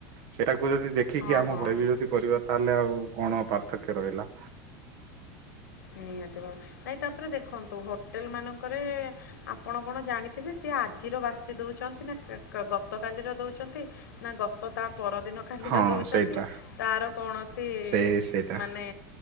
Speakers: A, on the right; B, on the left.
A: ସେଇଟାକୁ ଯଦି ଦେଖିକି
B: ହଁ
A: ଆମ
B: ହଁ
A: ଘରେ ବି ଯଦି କରିବା ତାହେଲେ ଆଉ କଣ ପାର୍ଥକ୍ୟ ରହିଲା।
B: ନିହାତି ଭାବ ନାଇଁ ତାପରେ ଦେଖନ୍ତୁ ହୋଟେଲ ମାନଙ୍କରେ ଆପଣ କଣ ଜାଣିଥିବେ ସି ସେ ଆଜିର ବାସି ଦଉଛନ୍ତି ନା କା ଗତକାଲିର ଦଉଛନ୍ତି ନା ଗତ ତା ପରଦିନ କାଲିର
A: ହଁ
B: ଦେଉଛନ୍ତି
A: ସେଇଟା
B: ତର କୌଣସି
A: ସେ ସେଇଟା
B: ମାନେ